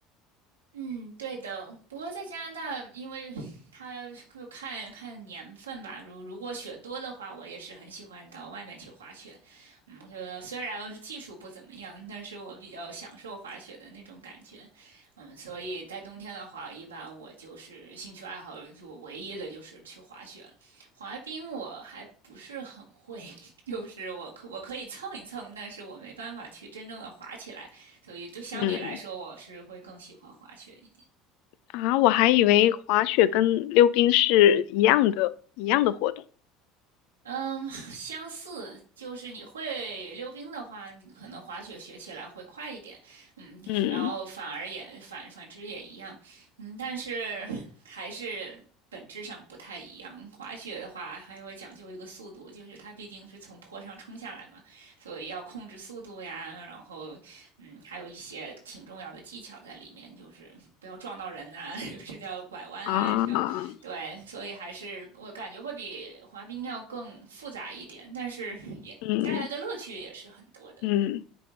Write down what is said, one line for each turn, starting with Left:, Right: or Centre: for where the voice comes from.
Right: 嗯，对的。不过在加拿大，因为 <laughs> 它就看看年份吧。如如果雪多的话，我也是很喜欢到外面去滑雪。嗯，我就虽然技术不怎么样，但是我比较享受滑雪的那种感觉。嗯，所以在冬天的话，一般我就是兴趣爱好，就唯一的就是去滑雪。滑冰我还不是很会，<laughs> 就是我可我可以蹭一蹭，但是我没办法去真正的滑起来。所以对相比来说，
Left: 嗯，
Right: 我是会更喜欢滑雪一点。
Left: 啊，我还以为滑雪跟溜冰是一样的，一样的活动。
Right: 嗯，相似就是你会溜冰的话，你可能滑雪学起来会快一点，嗯，
Left: 嗯
Right: 然后反而也反反之也一样，嗯，但是还是本质上不太一样。滑雪的话，还会讲究一个速度，就是它毕竟是从坡上冲下来嘛，所以要控制速度呀，然后嗯，还有一些挺重要的技巧在里面，就是不要撞到人啊，<laughs> 就是叫拐弯啊，
Left: 啊，
Right: 像对，所以还是我感觉会比滑冰要更复杂一点，但是也带来的乐趣也是很多的。
Left: 嗯嗯。